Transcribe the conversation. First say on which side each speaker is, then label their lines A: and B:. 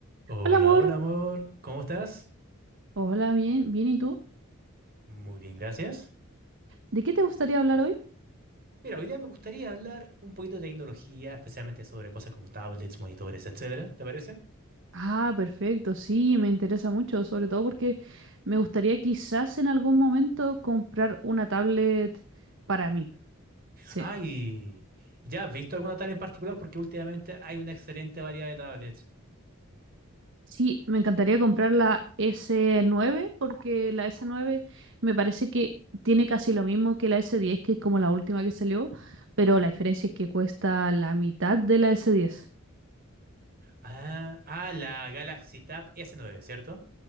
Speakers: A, on the right; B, on the right.
A: Hola,
B: Hola amor,
A: hola amor, ¿cómo estás?
B: hola, bien, bien, ¿y tú?
A: Muy bien, gracias.
B: ¿De qué te gustaría hablar hoy?
A: Mira, hoy día me gustaría hablar un poquito de tecnología, especialmente sobre cosas como tablets, monitores, etcétera, ¿te parece?
B: Ah, perfecto, sí, me interesa mucho, sobre todo porque me gustaría quizás en algún momento comprar una tablet para mí. Sí,
A: Ah, y ¿ya has visto alguna tablet en particular? Porque últimamente hay una excelente variedad de tablets.
B: sí, me encantaría comprar la s nueve porque la s nueve me parece que tiene casi lo mismo que la s diez, que es como la última que salió, pero la diferencia es que cuesta la mitad de la s diez.
A: Ah, ah, la Galaxy Tab S9, ¿cierto?